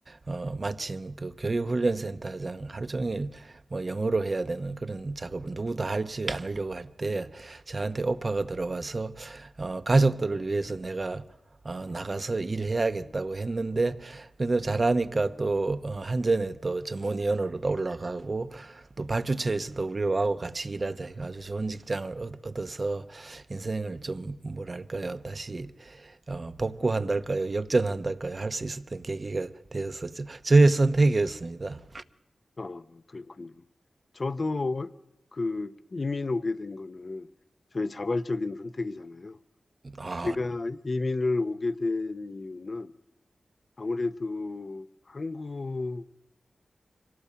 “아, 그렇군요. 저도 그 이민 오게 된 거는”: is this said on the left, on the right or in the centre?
Left